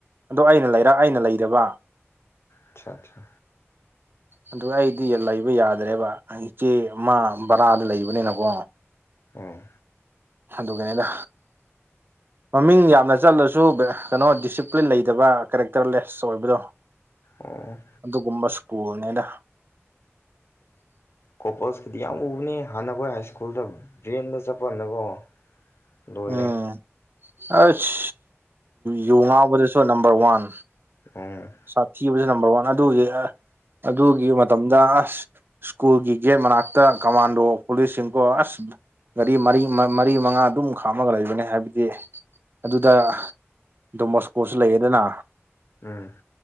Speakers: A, on the right; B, on the left.
A: ꯑꯗꯣ ꯑꯩꯅ ꯂꯩꯔꯛ ꯑꯩꯅ ꯂꯩꯗꯕ
B: ꯑꯆꯥ ꯑꯆꯥ
A: ꯑꯗꯨ ꯑꯩꯗꯤ ꯂꯩꯕ ꯌꯥꯗ꯭ꯔꯦꯕ ꯏꯆꯦ ꯑꯃ ꯕꯔꯥꯗ ꯂꯩꯕꯅꯤꯅꯀꯣ
B: ꯎꯝ
A: ꯑꯗꯨꯒꯤꯅꯤꯗ ꯃꯃꯤꯡ ꯌꯥꯝꯅ ꯆꯠꯂꯁꯨ ꯀꯩꯅꯣ ꯗꯤꯁꯤꯄ꯭ꯂꯤꯟ ꯂꯩꯗꯕ ꯀꯦꯔꯦꯛꯇꯔꯂꯦꯁ ꯑꯣꯏꯕꯗꯣ
B: ꯑꯣ
A: ꯑꯗꯨꯒꯨꯝꯕ ꯁ꯭ꯀꯨꯜꯅꯤꯗ
B: ꯀꯣꯞꯂꯁ ꯀꯤꯗꯤ ꯌꯥꯝ ꯎꯕꯅꯤ ꯍꯥꯟꯅ ꯑꯈꯣꯏ ꯍꯥꯏ ꯁ꯭ꯀꯨꯜꯗ ꯚꯦꯟꯗ ꯆꯠꯄꯅꯀꯣ ꯂꯣꯏꯔꯦ
A: ꯎꯝ ꯑꯁ ꯌꯨ ꯉꯥꯎꯕꯗꯁꯨ ꯅꯝꯕꯔ ꯋꯥꯟ
B: ꯑꯣ
A: ꯁꯥꯊꯤꯕꯁꯨ ꯅꯝꯕꯔ ꯋꯥꯟ ꯑꯗꯨꯒꯤ ꯑ ꯑꯗꯨꯒꯤ ꯃꯇꯝꯗ ꯑꯁ ꯁ꯭ꯀꯨꯜꯒꯤ ꯒꯦꯠ ꯃꯅꯥꯛꯇ ꯀꯃꯥꯟꯗꯣ ꯄꯨꯂꯤꯁꯁꯤꯡꯀꯣ ꯑꯁ ꯒꯥꯔꯤ ꯃꯔꯤ ꯃꯔꯤ ꯃꯉꯥ ꯑꯗꯨꯝ ꯈꯥꯝꯃꯒ ꯂꯩꯕꯅꯤ ꯍꯥꯏꯕꯗꯤ ꯑꯗꯨꯗ ꯗꯣꯃꯕꯣꯁꯀꯣꯁꯨ ꯂꯩꯌꯦꯗꯅ
B: ꯎꯝ